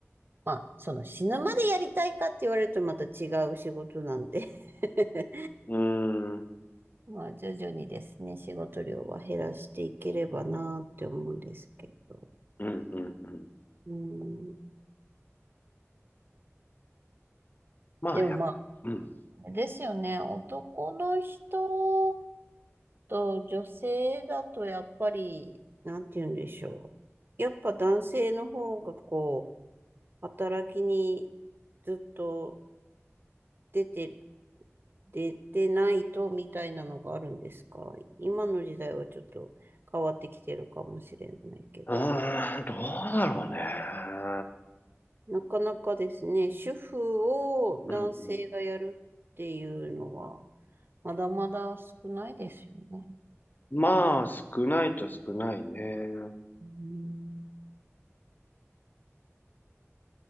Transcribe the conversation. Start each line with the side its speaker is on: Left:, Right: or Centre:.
Right: まあ、その死ぬまでやりたいかって言われるとまた違う仕事なんで <laughs>
Left: うん。うん
Right: まあ、徐々にですね、仕事量は減らしていければなーって思うんですけど。
Left: うんうん。
Right: うん。
Left: まあ、
Right: でもまあ、
Left: や、うん。
Right: あれですよね、男の人と女性だとやっぱり、なんて言うんでしょう。やっぱ男性の方がこう、働きにずっと出て、出てないとみたいなのがあるんですか今の時代はちょっと変わってきてるかもしれないけど。
Left: うーん、どうだろうね。
Right: なかなかですね、主婦を男性がやるっていうのは、
Left: うん
Right: まだまだ少ないですよね。
Left: まあ、少ないと少ないね。
Right: うん、